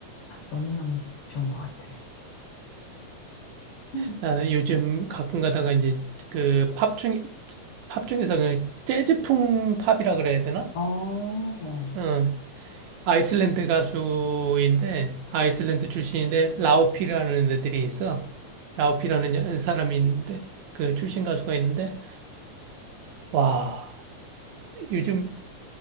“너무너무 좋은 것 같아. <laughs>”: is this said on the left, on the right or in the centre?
Left